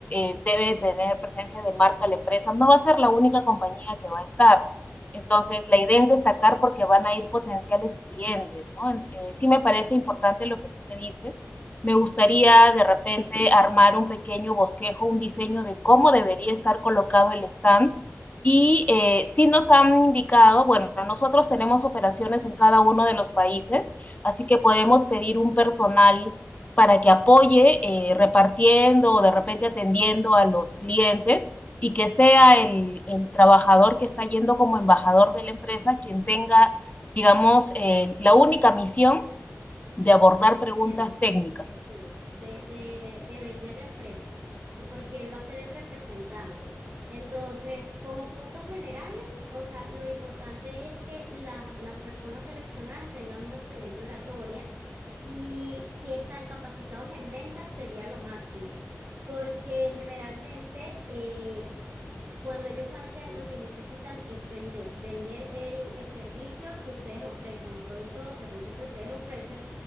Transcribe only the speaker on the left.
eh, debe tener presencia de marca la empresa, no va a ser la única compañía que va a estar. Entonces, la idea es destacar porque van a ir potenciales clientes, ¿no? En- eh, sí me parece importante lo que tú me dices. Me gustaría
de repente armar un pequeño bosquejo, un diseño de cómo debería estar colocado el stand. Y eh, sí nos han indicado, bueno, nosotros tenemos operaciones en cada uno de los países, así que podemos pedir un personal para que apoye eh, repartiendo o de repente atendiendo a los clientes y que sea el, el trabajador que está yendo como embajador de la empresa quien tenga, digamos, eh, la única misión de abordar preguntas
técnicas.